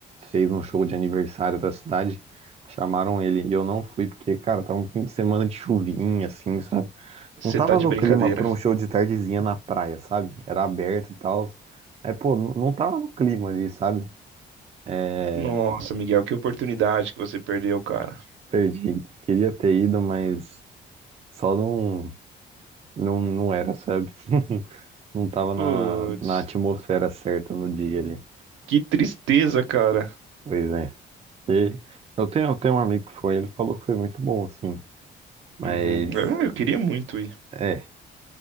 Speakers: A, on the right; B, on the right.
A: fez um show de aniversário da cidade? Chamaram ele e eu não fui porque, cara, tava um fim de semana de chuvinha, assim, sabe?
B: Você
A: Não tava
B: tá de
A: no
B: brincadeira.
A: clima pra um show de tardezinha na praia, sabe? Era aberto e tal. É, pô, não não tava no clima ali, sabe? É,
B: Nossa, Miguel, que oportunidade que você perdeu, cara.
A: Perdi. Queria ter ido, mas só não, não, não era, sabe? <laughs> Não tava na,
B: Putz,
A: na atmosfera certa no dia ali.
B: que tristeza, cara.
A: Pois é. E eu tenho, eu tenho um amigo que foi, ele falou que foi muito bom, assim. Mas,
B: Uhum. Eu, eu queria muito ir.
A: é,